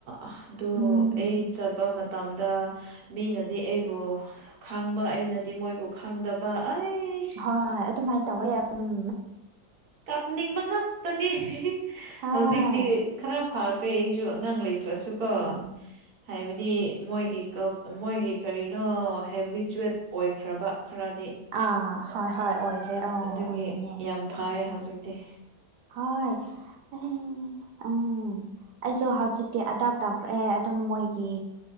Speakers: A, on the right; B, on the right.
A: ꯑꯗꯨ
B: ꯎꯝ
A: ꯑꯩ ꯆꯠꯄ ꯃꯇꯝꯗ ꯃꯤꯅꯗꯤ ꯑꯩꯕꯨ ꯈꯪꯕ ꯑꯩꯅꯗꯤ ꯃꯣꯏꯕꯨ ꯈꯪꯗꯕ ꯑꯩ
B: ꯍꯣꯏ ꯍꯣꯏ ꯑꯗꯨꯃꯥꯏ ꯇꯧꯋꯦ ꯎꯝ
A: ꯀꯞꯅꯤꯡꯕ ꯉꯥꯛꯇꯅꯤ
B: ꯍꯣꯏ
A: ꯍꯧꯖꯤꯛꯇꯤ ꯈꯔ ꯐꯈ꯭ꯔꯦ ꯑꯩꯁꯨ ꯑꯉꯥꯡ ꯂꯩꯇ꯭ꯔꯁꯨꯀꯣ
B: ꯎ
A: ꯍꯥꯏꯕꯗꯤ ꯃꯣꯏꯒꯤ ꯀꯜꯞ ꯃꯣꯏꯒꯤ ꯀꯔꯤꯅꯣ ꯍꯦꯕꯤꯆꯨꯋꯦꯠ ꯑꯣꯏꯈ꯭ꯔꯕ ꯈꯔꯗꯤ
B: ꯑꯥ ꯍꯣꯏ ꯍꯣꯏ ꯑꯣꯏꯈ꯭ꯔꯦ ꯑꯣ ꯑꯣꯏꯕꯅꯦ
A: ꯑꯗꯨꯒꯤ ꯌꯥꯝ ꯐꯩ ꯍꯧꯖꯤꯛ ꯇꯦ
B: ꯍꯣꯏ ꯑꯦ ꯎꯝ ꯑꯩꯁꯨ ꯍꯧꯖꯤꯛꯇꯤ ꯑꯦꯗꯣꯞ ꯇꯧꯈ꯭ꯔꯦ ꯑꯗꯨꯝ ꯃꯣꯏꯒꯤ